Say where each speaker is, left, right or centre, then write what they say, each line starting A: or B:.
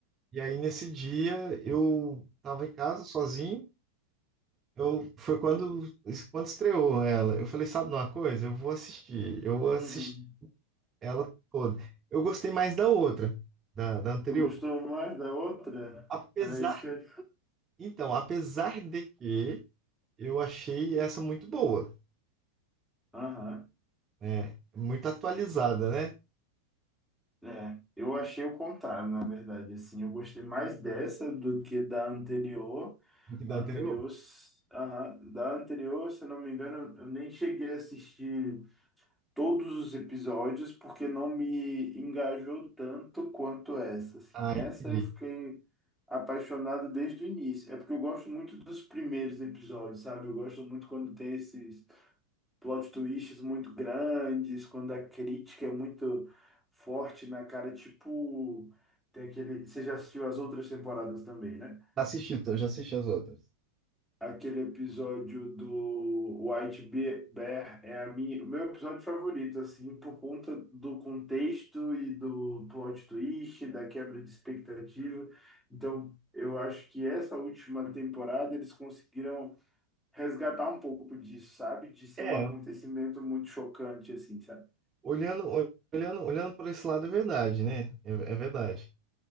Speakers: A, on the right; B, in the centre.
A: e aí nesse dia eu estava em casa sozinho, eu, foi quando, quando estreou ela. Eu falei, sabe de uma coisa? Eu vou assistir, eu vou
B: uhum.
A: assistir ela toda. Eu gostei mais da outra, da, da anterior.
B: Você gostou mais da outra?
A: Apesar,
B: É isso que eu ia
A: então, apesar de que eu achei essa muito boa.
B: Aham,
A: É, muito atualizada, né?
B: é. Eu achei o contrário, na verdade, assim. Eu gostei mais dessa do que da anterior.
A: Do que
B: A
A: da
B: anterior,
A: anterior.
B: s- aham, da anterior, se eu não me engano, eu nem cheguei a assistir todos os episódios porque não me engajou tanto quanto essa, assim.
A: Ah,
B: Essa
A: entendi.
B: eu fiquei apaixonado desde o início. É porque eu gosto muito dos primeiros episódios, sabe? Eu gosto muito quando tem esses plot twists muito grandes, quando a crítica é muito forte na cara, tipo, tem aquele, você já assistiu as outras temporadas também, né?
A: Assisti, eu já assisti as outras.
B: Aquele episódio do White Be- Bear é a minha, o meu episódio favorito, assim, por conta do contexto e do plot twist, da quebra de expectativa. Então, eu acho que essa última temporada eles conseguiram resgatar um pouco disso, sabe? De ser
A: É,
B: um acontecimento muito chocante, assim, sabe?
A: olhando, olhando, olhando por esse lado é verdade, né? É, é verdade.